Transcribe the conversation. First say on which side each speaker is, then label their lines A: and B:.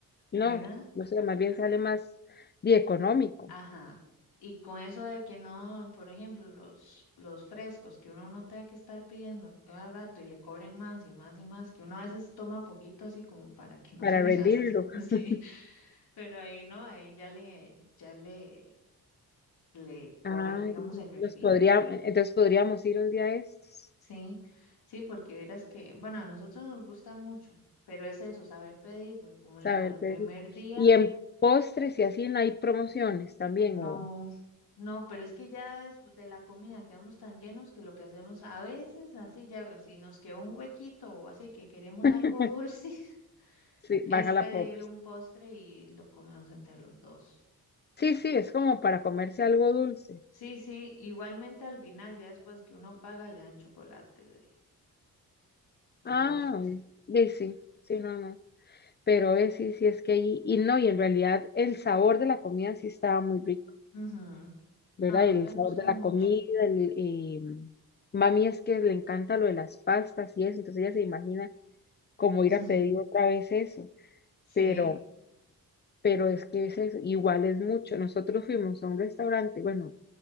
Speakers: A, on the left; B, on the left.
A: No,
B: ¿verdad?
A: no sé, más bien sale más di, económico
B: Ajá. Y con eso de que no, por ejemplo, los, los frescos que uno no tenga que estar pidiendo cada rato y le cobren más y más y más, que uno a veces toma poquito así como para que no
A: para
B: se le
A: rendirlo.
B: gaste, <laughs> sí,
A: <laughs>
B: pero ahí no, ahí ya le, ya le, le cobran,
A: Ah,
B: digamos, el refil,
A: los podría, entonces podríamos ir un día de estos.
B: sí, sí, porque verás que, bueno, a nosotros nos gusta mucho, pero es eso, saber pedir, porque como le
A: A
B: digo,
A: ver,
B: el
A: Pedro.
B: primer día.
A: Y en postres y así no hay promociones también,
B: No,
A: o
B: no, pero es que ya es de la comida quedamos tan llenos que lo que hacemos a veces, así ya, si nos queda un huequito o así que queremos
A: <laughs>
B: algo dulce, <laughs>
A: sí,
B: es
A: baja
B: pedir
A: la popes.
B: un postre y lo comemos entre los dos.
A: Sí, sí, es como para comerse algo dulce.
B: Sí, sí, igualmente al final, ya después que uno paga, le dan chocolate de, de
A: Ah,
B: postre.
A: ve, sí, sí, sí, no, no. Pero es, sí, sí, es que ahí, y no, y en realidad el sabor de la comida sí estaba muy rico,
B: Ujú, ujú.
A: ¿verdad?
B: No, a mí
A: El
B: me
A: sabor
B: gustó
A: de la
B: mucho.
A: comida, el, eh, mami es que le encanta lo de las pastas y eso, entonces ella se imagina como
B: <laughs>
A: ir a pedir otra vez eso.
B: Sí,
A: pero, pero es que ese es igual es mucho. Nosotros fuimos a un restaurante, bueno,